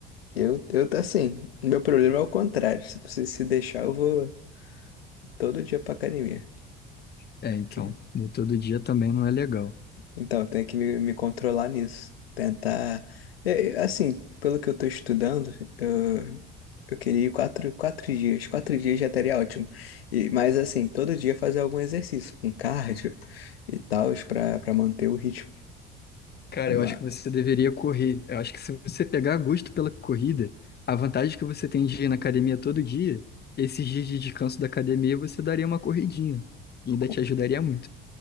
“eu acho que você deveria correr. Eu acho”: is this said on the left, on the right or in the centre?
Left